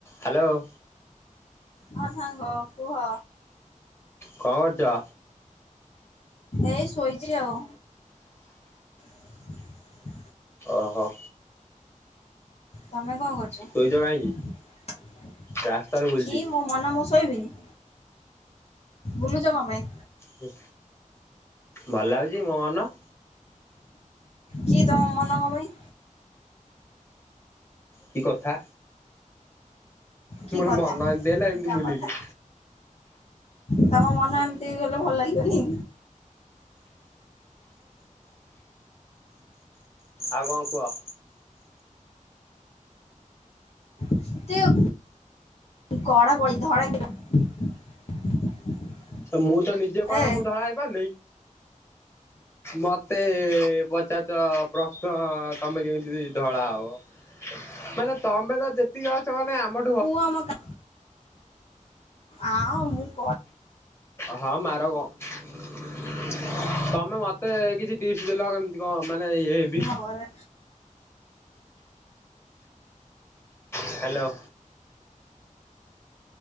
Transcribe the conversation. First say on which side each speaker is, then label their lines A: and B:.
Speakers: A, on the left (about 20°); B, on the left (about 50°).
A: Hello.
B: ହଁ ସାଙ୍ଗ କୁହ।
A: କଁ କରୁଚ?
B: ଏଇ ଶୋଇଚିରି ଆଉ। <inaudible>
A: ଅହ।
B: ତମେ କଁ କରୁଚ
A: ଶୋଇଛ କାହିଁକି ରାସ୍ତାରେ ବୁଲୁଛି
B: କିମ୍ ମୋ ମନ ମୁଁ ଶୋଇବିନି, ବୁଲୁଚ କଁ ପାଇଁ?
A: କି ଭଲ୍ ଲାଗୁଚି ମୋ ମନ।
B: କି ତମ ମନ କଁ ପାଇଁ?
A: କି କଥା
B: କି
A: ମୋ
B: କଥା
A: ମନ ଏମିତି ହେଲା ଏମିତି
B: ଯା
A: ବୁଲିଲି।
B: କଥା ତମ ମନ ଏମିତି ଗଲେ ଭଲ ଲାଗିବନି।
A: ଆଉ କଁ କୁଅ?
B: <unintelligible>
A: ମୁଁ ତ ନିଜେ କଳା
B: ଏ
A: ମୁଁ ଧଳାହେଇ ପାରୁନେଇ ମତେ ମତେ ପଚା ରୁଚ ପ୍ରଶ୍ନ ତମେ କେମିତି ଧଳା ହବ। ମାନେ ତମେ ତ ଯେତିକି ଅଛ ମାନେ ଆମ
B: ମୁଁ ଆମ କା ଆଁ ମୁଁ କ
A: ହଁ ମାର ତମେ ମତେ କିଛି ଟିପ୍ସ ଦେଲ କେମ କେମିତି କ ଣ ମାନେ ଇଏ ହେବି।
B: ଘରେ
A: ହ୍ୟାଲୋ।